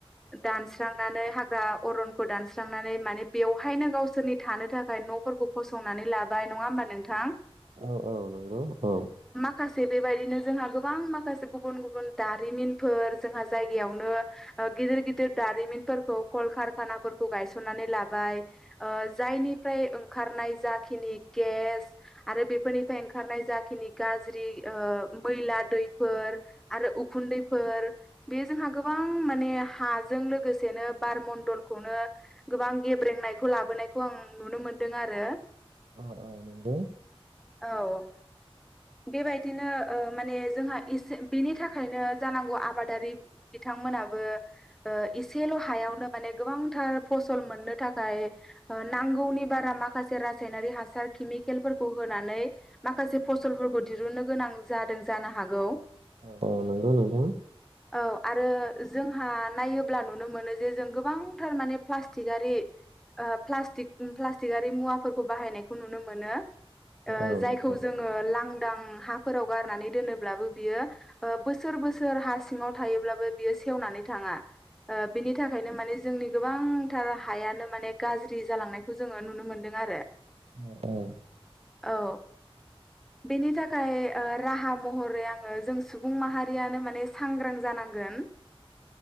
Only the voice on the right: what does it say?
औ औ नंगौ औ।
अह अह नंगौ
औ नंगौ नोंथां
औ
नोंथां
औ औ